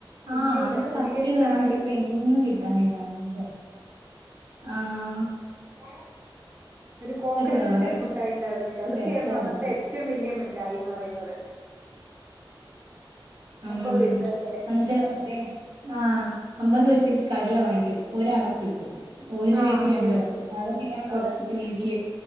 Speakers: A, on the right; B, on the right.
A: ആഹ!
B: ഇല്ല
A: അതൊക്കെ
B: ഇല്ല പുളിയച്ചാറ്
A: തപ്പി നടന്നിട്ട് ഇപ്പൊ എങ്ങും കിട്ടാനില്ലങ്ങത്തെ. ആഹ!
B: <unintelligible> ഒരു കോക്കനട്ടിന്റെ
A: വേറെ
B: ഒരു മുിട്ടായി ഉണ്ടായിരുന്നില്ല!
A: ഒരു
B: അതൊക്കെയായിരുന്നു
A: രസായിരുന്നു
B: അന്നത്തെ ഏറ്റവും വലിയ മിട്ടായിന്ന് പറയുന്നത് <inaudible>
A: ഉം....
B: ഒമ്പത് പൈസേന്റെ
A: എന്നിട്ട്റ്റേ ആഹ. അമ്പത് പൈസക്ക് കടല വാങ്ങിക്കും. ഒരടപ്പ് കിട്ടും ഒരുപയ്ക്ക്
B: ആ
A: രണ്ടടപ്പം
B: യെസ്
A: അതൊക്കെ ഇങ്ങനെ കൊറച്ചിട്ട്
B: അതെ
A: വീട്ടില്